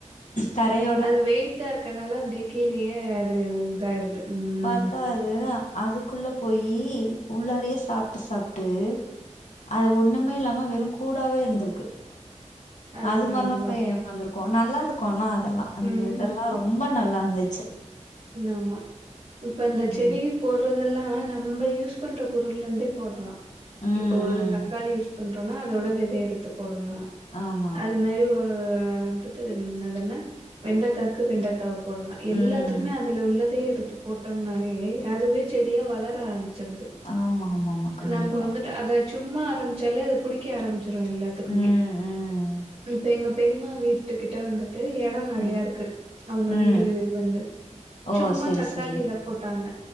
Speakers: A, on the left (about 80°); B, on the right (about 55°).
A: தரைய
B: அது வெயிட்டா இருக்கனால அப்டியே கீழேயே அது இதாயிருது ம்.
A: பாத்தா அது அதுக்குள்ள போயி உள்ளாரயே சாப்ட்டு சாப்ட்டு அது ஒண்ணுமே இல்லாம வெறு கூடாவே இருந்திருக்கு
B: அதுதான்,
A: அது மாரிலா
B: அதுதான்.
A: போய் ஏமாந்திருக் இருக்கோ நல்லா இருக்கோ ஆனா அதெல்லா அந்த
B: ம்.
A: இதெல்லா ரொம்ப நல்லா இருந்துச்சு
B: ஆமா இப்ப அந்த செடி
A: ம்
B: போடுறதெல்லா நம்ம யூஸ் பண்ற பொருள்ல இருந்தே போடலா
A: ம்
B: இப்போ ஒரு
A: ம்
B: தக்காளி யூஸ் பண்றோனா அதோட வெதய எடுத்து போடலா
A: ஆமா
B: அது மாரி ஆ வந்துட்டு அதென்ன வெண்டைக்காக்கு வெண்டைக்காவ போடலா எல்லாத்
A: ம்
B: துக்குமே அதுல உள்ளதையே எடுத்து போட்டோம்னாலயே அதுவே செடியா வளர ஆரம்பிச்சிருது
A: ஆமா ஆமா ஆமா கண்டிப்பா
B: நம்ம வந்துட்டு
A: கண்டி
B: அத சும்மா ஆரம்பிச்சாலே அத புடிக்க ஆரம்பிச்சிரோ எல்லாத்துக்குமே
A: ம் ம்
B: இப்ப எங்க பெரிமா வீட்டுக்கிட்ட வந்துட்டு எடோ நறையா
A: ம்
B: இருக்கு அவுங்க
A: ம்
B: வீடு வந்து
A: ஓ
B: சும்மா
A: செரி
B: தக்காளிதா
A: செரி
B: போட்டாங்க